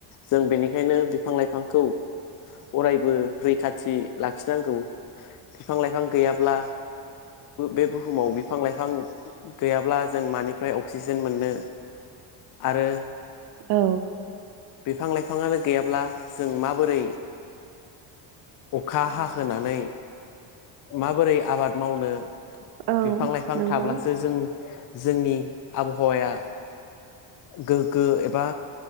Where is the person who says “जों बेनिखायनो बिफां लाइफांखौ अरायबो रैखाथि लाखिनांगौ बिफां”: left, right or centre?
Left